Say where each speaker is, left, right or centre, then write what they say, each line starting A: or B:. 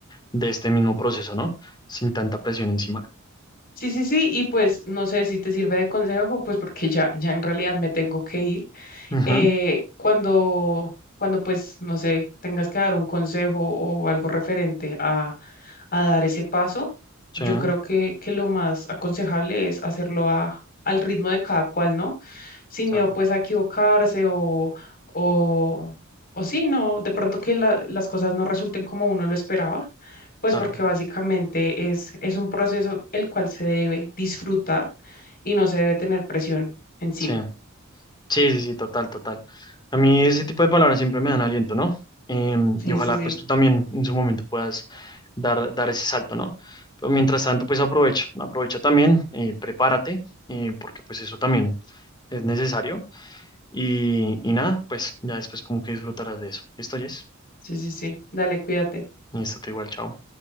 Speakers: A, on the left; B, on the left.
A: de este mismo proceso, ¿no? Sin tanta presión encima.
B: Sí, sí, sí, y pues no sé si te sirve de consejo, pues porque ya, ya en realidad me tengo que ir.
A: Ujú,
B: Eh, cuando, cuando pues, no sé, tengas que dar un consejo o algo referente a a dar ese paso,
A: sí,
B: yo creo que, que lo más aconsejable es hacerlo a, al ritmo de cada cual, ¿no? Sin
A: claro,
B: miedo pues a equivocarse o, o, o sí, no, de pronto que la- las cosas no resulten como uno lo esperaba, pues
A: claro.
B: porque básicamente es, es un proceso el cual se debe disfrutar y no se debe tener presión encima.
A: Sí, sí, sí, sí, total, total. A mí ese tipo de palabras siempre me dan aliento, ¿no? Em,
B: Sí,
A: y ojalá
B: sí, sí,
A: pues tú también en su momento puedas dar, dar ese salto, ¿no? Pero mientras tanto, pues aprovecha, aprovecha también, eh, prepárate, eh, porque pues eso también es necesario. Y, y nada, pues ya después como que disfrutarás de eso. Esto ya es,
B: sí, sí, sí. Dale, cuídate.
A: y esto te igual, chao.